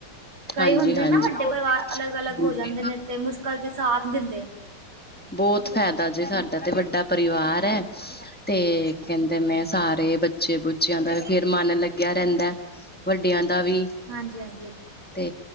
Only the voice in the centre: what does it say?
ਹਾਂਜੀ
ਹਾਂਜੀ
ਸਾਡਾ
ਬੋਤ ਫੇਦਾ ਜੇ ਸਾਡਾ ਤੇ ਵੱਡਾ ਪਰਿਵਾਰ ਐ। ਤੇ ਕੇਂਦੇ ਨੇ ਸਾਰੇ ਬੱ ਬੱਚੇ ਬੁੱਚਿਆਂ ਦਾ ਫੇਰ ਮਨ ਲਗਿਆ ਰੇਂਦਾ ਵੱਡਿਆਂ ਦਾ ਵੀ।
ਤੇ